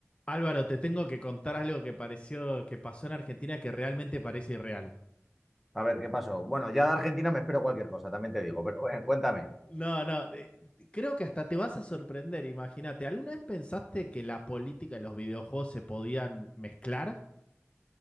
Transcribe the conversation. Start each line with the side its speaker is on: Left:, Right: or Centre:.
Left: Álvaro, te tengo que contar algo que pareció, que pasó en Argentina que realmente parece irreal.
Centre: A ver, ¿qué pasó? Bueno, ya de Argentina me espero cualquier cosa, también te digo, pero bueno, cuéntame.
Left: No, no, eh, creo que hasta te vas a sorprender, imagínate. ¿Alguna vez pensaste que la política y los videojuegos se podían mezclar?